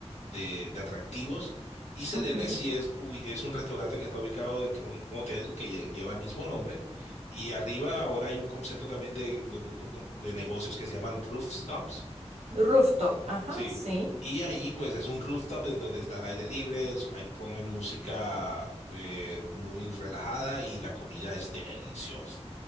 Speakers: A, on the left (about 75°); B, on the right (about 70°).
A: de- de atractivos. Y Selene
B: ujú.
A: sí es, ubi- es un restaurante que está ubicado dentro de un hotel que lle- lleva el mismo nombre. Y arriba ahora hay un concepto también de, de un co- de negocios que se llaman rooftops
B: Rooftop, ajá,
A: Sí,
B: sí.
A: y ahí pues es un rooftop en donde está el aire libre, es- ahí ponen música eh, muy relajada y la comida es deliciosa.